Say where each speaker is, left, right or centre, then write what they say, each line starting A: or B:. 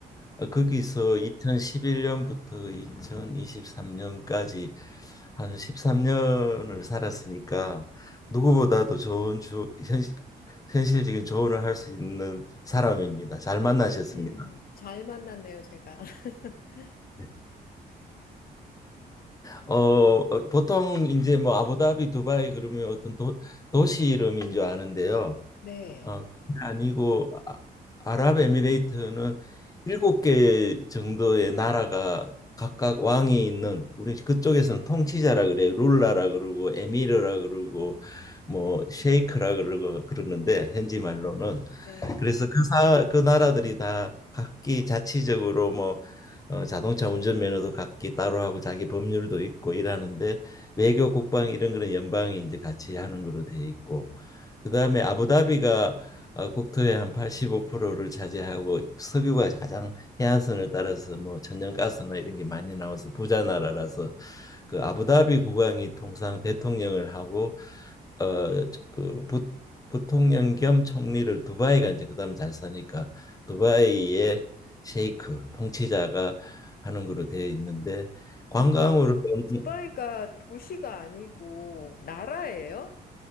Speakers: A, on the left; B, on the left.
A: 아, 거기서 2011년부터 2023년까지 한 13년을 살았으니까 누구보다도 좋은 주, 현실, 현실적인 조언을 할 수 있는 사람입니다. 잘 만나셨습니다.
B: 네, 잘 만났네요, 제가. <laughs>
A: 네. 어, 어, 보통 이제 뭐 아부다비, 두바이 그러면 어떤 도, 도시 이름인 줄 아는데요.
B: 네.
A: 어, 그게 아니고 아, 아랍에미레이트는 일곱 개 정도의 나라가 각각 왕이 있는 우리 그쪽에서는 통치자라 그래요. 룰라라 그러고 에미르라 그러고 뭐 셰이크라 그러고 그러는데 현지 말로는
B: 네.
A: 그래서 그 사, 그 나라들이 다 각기 자치적으로 뭐 어, 자동차 운전면허도 각기 따로 하고 자기 법률도 있고 이러는데 외교 국방 이런 그런 연방이 이제 같이 하는 거로 돼 있고 그다음에 아부다비가 어, 국토의 한 85%를 차지하고 석유가 가장 해안선을 따라서 뭐 천연가스나 이런 게 많이 나와서 부자 나라라서 그 아부다비 국왕이 통상 대통령을 하고 어그 부통령 겸 총리를 두바이가 이제 그다음 잘 사니까 두바이의 셰이크 통치자가 하는 걸로 되어 있는데 관광으로
B: 아, 그럼
A: 오는-
B: 두바이가 도시가 아니고 나라예요?